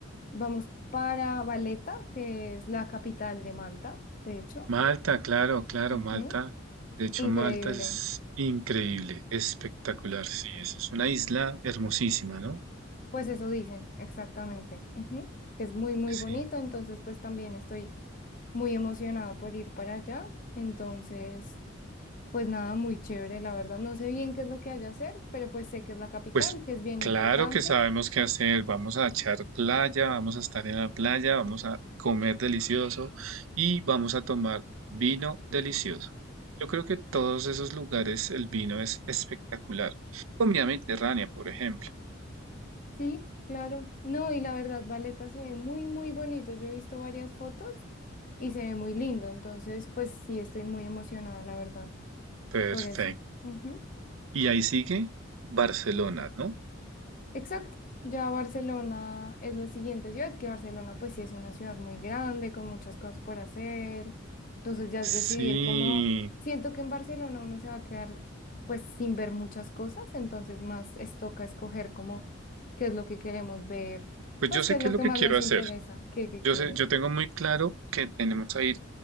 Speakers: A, on the left; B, on the right.
A: Vamos para Valeta, que es la capital de Malta, de hecho.
B: Malta, claro, claro,
A: Ujú.
B: Malta. De hecho,
A: Increíble.
B: Malta es increíble, espectacular, sí, es, es una isla hermosísima, ¿no?
A: Pues eso dicen, exactamente. ujú, Que es muy, muy
B: Sí.
A: bonito. Entonces, pues también estoy muy emocionada por ir para allá. Entonces, pues nada, muy chévere, la verdad. No sé bien qué es lo que haya hacer, pero pues sé que es la capital,
B: Pues
A: que es bien
B: claro
A: importante.
B: que sabemos qué hacer, vamos a echar playa, vamos a estar en la playa, vamos a comer delicioso y vamos a tomar vino delicioso. Yo creo que todos esos lugares el vino es espectacular. Comida mediterránea, por ejemplo.
A: Sí, claro. No, y la verdad, Valeta se ve muy, muy bonito. Yo he visto varias fotos y se ve muy lindo. Entonces, pues sí, estoy muy emocionada, la verdad,
B: Perfecto.
A: por eso. ujú.
B: Y ahí sigue Barcelona, ¿no?
A: Exacto. Ya Barcelona es la siguiente ciudad, que Barcelona pues sí es una ciudad muy grande, con muchas cosas por hacer. Entonces ya es
B: Sí,
A: decidir cómo, siento que en Barcelona uno se va a quedar pues sin ver muchas cosas, entonces más es toca escoger como qué es lo que queremos ver,
B: pues
A: pues
B: yo sé
A: qué es
B: qué
A: lo
B: es lo
A: que
B: que
A: más
B: quiero
A: nos
B: hacer.
A: interesa, qué, qué
B: Yo
A: quieres.
B: sé, yo tengo muy claro que tenemos a ir,